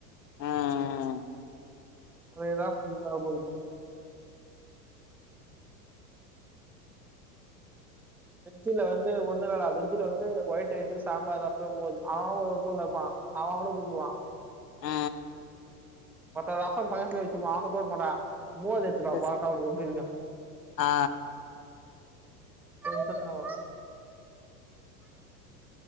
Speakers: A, on the left (about 85°); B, in the centre.
A: ம் ம்
B: அதேதா <unintelligible> டென்சின்ல வந் து ஒன்னு நடா வெஜ்ஜில வந்து ஒயிட் ரைஸ்சு சாம்பார் ரசம் மோது அவவ ஒவ்வொரு மூல்ல இப்பா அவ அவன கூப்டுவா
A: அ
B: ஒருத்த ரசம் பக்கத்லே வச்சிப்பா. அவன கூப்பிட மாட்டா மோர் எத்துனுவா
A: சிஸ்
B: போறான்டா அவனுக்கு எப்டிருக்கு
A: ஆ
B: டென்ஷனாவு